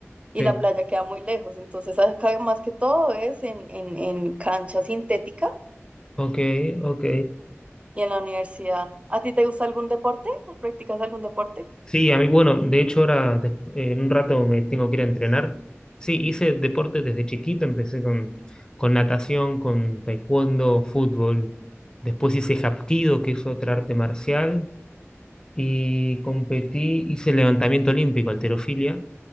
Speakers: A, on the right; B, on the left.
A: y
B: Sí.
A: la playa queda muy lejos, entonces acá más que todo es en, en, en cancha sintética
B: Ok, ok.
A: y en la universidad. ¿A ti te gusta algún deporte? ¿Practicas algún deporte?
B: Sí, a mí, bueno, de hecho ahora des- eh, en un rato me tengo que ir a entrenar. Sí, hice deporte desde chiquito, empecé con, con natación, con taekwondo, fútbol. Después hice hapkido, que es otra arte marcial, y competí, hice levantamiento olímpico, halterofilia,